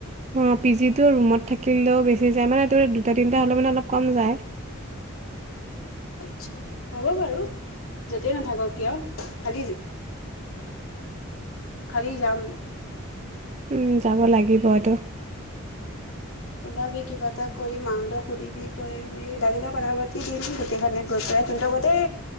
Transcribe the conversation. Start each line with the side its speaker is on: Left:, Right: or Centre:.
Right: অ পি জিটো ৰুমত থাকিলেও বেছি যায় মানে এইটো দুটা তিনিটা হ'লে মানে অলপ কম যায়
Left: আচ্ছা হ'ব বাৰু যাতেই নাথাকক কিয় খালি। খালি যাম
Right: উম যাব লাগিব টো।
Left: ওলাবি কিবা এটা কৰি মাহতক সুধিবি কৈবি লাগিলে কথা পাতি দিম গোটেই খনে গৈ পেলাই তহত গোতেই